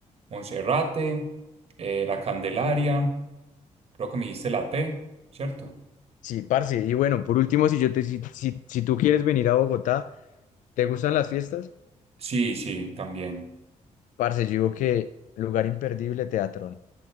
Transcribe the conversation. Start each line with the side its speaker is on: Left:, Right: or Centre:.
Right: Monserrate, eh, La Candelaria. Creo que me diste la T, ¿cierto?
Left: Sí, parce, y bueno, por último, si yo te, si, si, si tú quieres venir a Bogotá, ¿te gustan las fiestas?
Right: Sí, sí, también.
Left: Parce, yo digo que lugar imperdible, Teatrón.